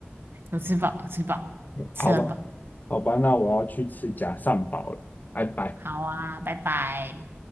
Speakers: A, on the right; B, on the left.
A: 有吃饱，有吃饱，吃很饱。
B: 好吧，好吧，那我要去吃假上堡了，拜拜。
A: 好啊，拜拜。